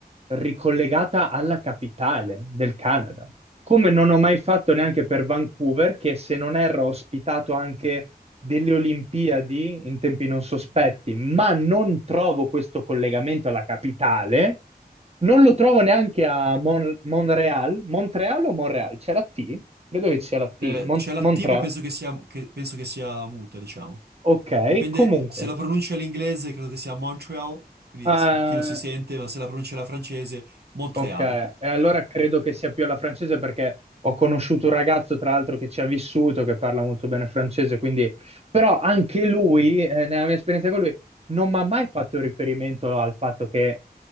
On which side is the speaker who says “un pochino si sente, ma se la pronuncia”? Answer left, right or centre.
Right